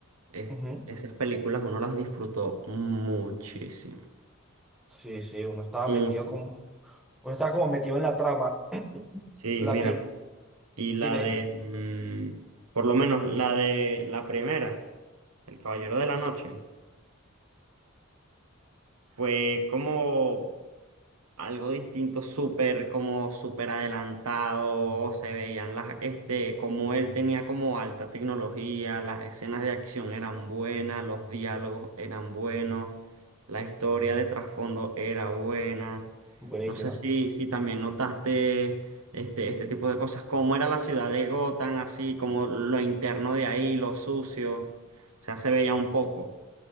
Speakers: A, on the right; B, in the centre.
A: es-
B: Ujú.
A: esas películas uno las disfrutó muchísimo,
B: Sí, sí, uno estaba
A: mucho.
B: metido como, uno estaba como metido en la trama. <clears throat>
A: Sí,
B: La
A: mira,
B: prim-
A: y la
B: dime, dime.
A: de, mm, por lo menos la de la primera, El Caballero de la Noche. Fue como algo distinto, súper, como súper adelantado, se veían las, este, como él tenía como alta tecnología, las escenas de acción eran buenas, los diálogos eran buenos, la historia de trasfondo era buena.
B: Buenísima.
A: No sé si, si también notaste este, este tipo de cosas, cómo era la ciudad de Gotham, así como lo interno de ahí, lo sucio, o sea, se veía un poco.